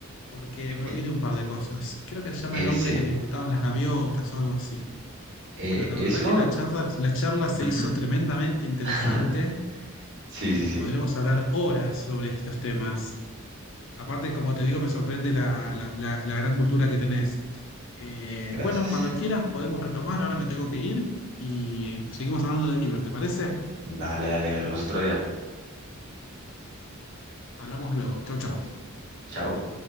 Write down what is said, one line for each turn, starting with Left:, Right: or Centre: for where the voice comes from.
Left: porque me olvidé
Right: e-
Left: un par de cosas. Creo que se llama
Right: ese,
Left: El hombre que le gustaban las gaviotas o algo así.
Right: eh,
Left: Bueno, la
Right: eso.
Left: verdad que la charla, la charla se
Right: ujú.
Left: hizo tremendamente interesante.
Right: <laughs> Sí,
Left: Eh,
Right: sí, sí,
Left: podremos hablar horas sobre estos temas. Aparte, como te digo, me sorprende la, la- la- la gran cultura que tenés. Eh,
Right: gracias.
Left: bueno, cuando quieras podemos retomar, ahora me tengo que ir y seguimos hablando de libros, ¿te parece?
Right: Dale, dale, hablamos otro día.
Left: Hablamos luego. Chau, chau.
Right: Chao.